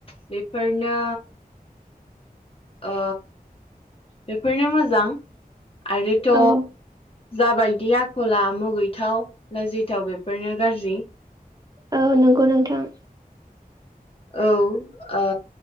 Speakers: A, on the left; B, on the right.
A: बेफोरनो ओ बेफोरनो मोजां आरोथ'
B: औ
A: जाबायदिया खला मुगैथाव लाजिथाव बेफोरनो गाजि
B: ओ नोंगौ नोंथां
A: औ ओ